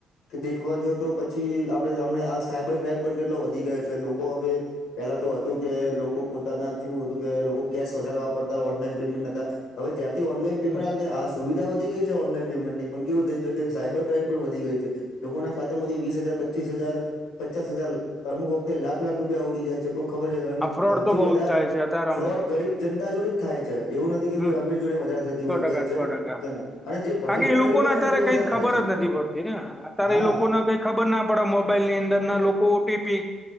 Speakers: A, on the left; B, in the centre.
A: કે દેખવા જો તો પછી આપણે હમણા આ સાયબર ક્રાઈમ પણ કેટલો વધી ગયો છે લોકો હવે પેલા તો હતું કે લોકો પોતાના જેવું હતું કે લોકો કેશ વધારે વાપરતા ઓનલાઈન પેમેન્ટ નતા હવે જ્યારથી ઓનલાઈન પેમેન્ટ
B: હમ
A: આવી હાસ સુવિધા વધી ગઈ છે ઓનલાઈન પેમેન્ટની પણ કેવું થય છે કે સાબર ક્રાઈમ પણ વધી ગઈ છે. લોકોના ખાતામાંથી વીસ હજાર પચીસ હજાર પચાસ હજાર અમુક વખતે લાખ લાખ રૂપિયા ઉડી જાય છે. ખબર છે અને
B: આ ફ્રોડ
A: સૌથી
B: તો બહુ
A: વધારે
B: જ થાય છે અતારામાં
A: ફ્રોડ ગરીબ જનતા જોડે જ થાય છે. એવું નથી કે
B: હમ
A: કોઈ અમીર જોડે વધારે થતી
B: સો
A: હોય
B: ટકા
A: ગ ગરીબ
B: સો ટકા
A: જન અને જે ભણેલું
B: કરણ એ
A: ગણેલું
B: લોકોને
A: હોય
B: અત્યારે
A: ને એના જોડે
B: કઈ
A: વધારે
B: ખબર
A: થાય છે
B: જ નથી પડ તી ને અત્યારે
A: હા
B: એ લોકોને કઈ ખબર ના પડે મોબાઈલ ની અંદર ના લોકો ઓટીપી